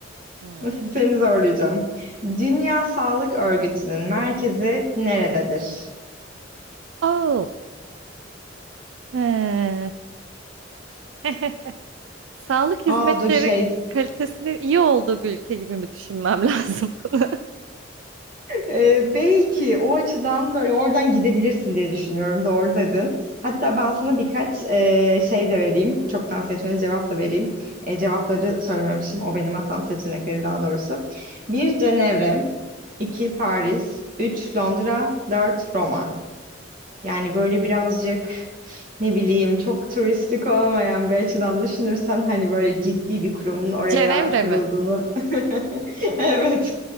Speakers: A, on the right; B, on the right.
A: Hmm.
B: <laughs> Seni zorlayacağım. Dünya Sağlık Örgütü'nün merkezi nerededir?
A: Oh. He. <laughs> Sağlık hizmetleri
B: Aa dur şey. <laughs>
A: kalitesinin iyi olduğu bir ülke gibi mi düşünmem lazım bunu?
B: Ee, belki o açıdan böyle oradan gidebilirsin diye düşünüyorum. Doğru dedin. Hatta ben sana birkaç e, şey de vereyim. Çoktan seçmeli cevap da vereyim. E, cevapları söylememişim. O benim hatam seçenekleri daha doğrusu. Bir Cenevre. 2 Paris, 3 Londra, 4 Roma. Yani böyle birazcık ne bileyim çok turistik olmayan bir açıdan düşünürsen hani böyle ciddi bir kurumun
A: <laughs>
B: oraya
A: Cenevre
B: kurulduğunu.
A: mi? <laughs>
B: <laughs> Evet.